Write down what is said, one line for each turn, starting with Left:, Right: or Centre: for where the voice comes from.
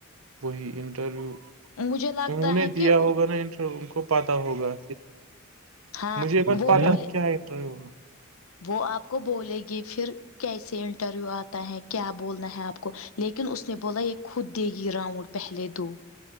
Right: وہی انٹرویو
Left: مجھے لگتا
Right: انہوں
Left: ہے
Right: نے دیا
Left: کہ
Right: ہوگا نا انٹرویو ان کو پتہ ہوگا
Left: ہاں
Right: مجھے بت
Left: وہ
Right: پتا
Left: بولے
Right: ہے کیا انٹروو
Left: وہ آپ کو بولے گی پھر کیسے انٹرویو آتا ہے کیا بولنا ہے آپ کو لیکن اس نے بولا یہ خود دے گی راؤنڈ پہلے دو